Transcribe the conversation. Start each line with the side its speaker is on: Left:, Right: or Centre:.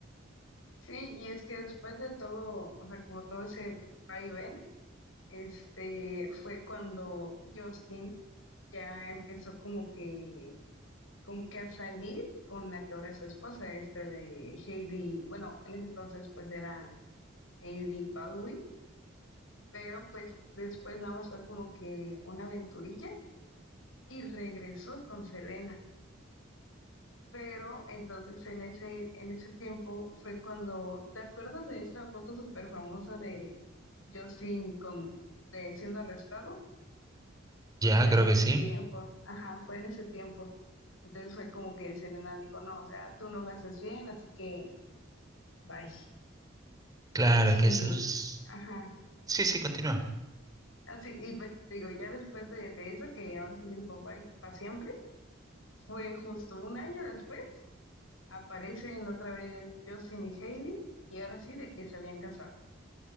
Left: Sí, y es que después de todo, o sea, como todo ese vaivén, este, fue cuando Justin ya empezó como que, como que a salir con la que ahora es su esposa, este de Hailey, bueno, en ese entonces pues era Hailey Baldwin, pero pues después nada más fue como que una aventurilla y regresó con Selena. Pero entonces en ese, en ese tiempo fue cuando, ¿te acuerdas de esa foto súper famosa de Justin con, de siendo arrestado? Pues
Right: Ya,
Left: fue
Right: creo
Left: en ese
Right: que sí.
Left: tiempo, ajá, fue en ese tiempo. Entonces fue como que Selena dijo, no, o sea, tú no me haces bien, así que bye.
Right: Claro,
Left: Y,
Right: que es... es-
Left: ajá,
Right: Sí, sí, continúa.
Left: así, y pues te digo, ya después de, de eso, que ahora sí le dijo bye para siempre, fue justo un año después, aparecen otra vez Justin y Hailey, y ahora sí de que se habían casado.